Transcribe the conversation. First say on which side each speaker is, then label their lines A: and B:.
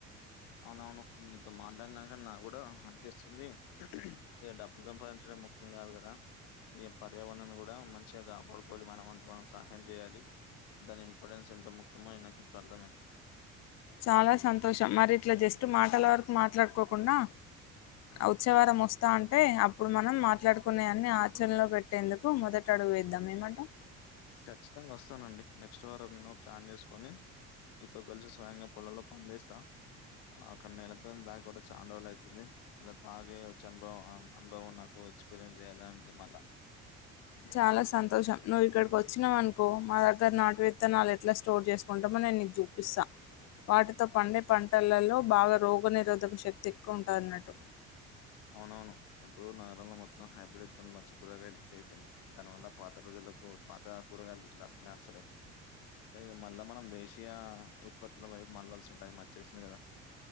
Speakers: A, on the left; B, on the left.
A: అవునవును నీతో మాట్లాడినాక నా కూడా అన్పిస్తుంది ఇ డబ్బు సంపాదించడం ముఖ్యం కాదు కదా ఈ పర్యావరణాన్ని కూడా మంచిగా కాపాడుకోవాలి మన వంతు మనం సహాయం చెయ్యాలి దాని ఇంపార్టెన్స్ ఎంత ముఖ్యమో అని నాకిప్పుడు అర్థమైంద్
B: చాలా సంతోషం మరి ఇట్లా జస్ట్ మాటల వరకు మాట్లాడుకోకుండా వచ్చే వారం వస్తా అంటే అప్పుడు మనం మాట్లాడుకునే అన్ని ఆచరణలో పెట్ ట్టేందుకు మొదట అడుగు వేద్దాం ఏమంటావ్?
A: ఖచ్చితంగా వస్తానండి నెక్స్ట్ వారం నో ప్లాన్ చేసుకొని ఈతొకల్సి స్వయంగా పొలాల్లో పనిచేస్తా అక్కడ నేళ్లతోని దాకొ కూడా చాన్రోజులు అయితుంది అళ్ల తాగే వచ్చి అనుభవం అనుభవం నాకు ఎక్స్పీరియన్స్ చేయాలనుంది మళ్ళా
B: చాలా సంతోషం నువ్వు ఇక్కడికి వచ్చినావనుకో మా దగ్గర నాటు విత్తనాలు ఎట్లా స్టోర్ చేసుకుంటామో నేన్ నీక్ చూప్ పిస్సా వాటితో పండే పంటలలో బాగా రోగనిరోధక శక్తి ఎక్కువ ఉంటది అన్నట్టు
A: అవునవును ఇప్పుడు నగరంలో మొత్తం హైబ్రిడ్ విత్తనాల చుక్కుడుకాయలు ఎక్కువైపోనాయ్ దాని వల్ల పాత రోజులకు పాత కూరగాయలు రుచులు అస్తలేవ్ సరే ఇక మళ్ళా మనం దేశీయ ఉత్పత్తుల వైపు మళ్ళాల్సి టైం వచ్చేసింది కదా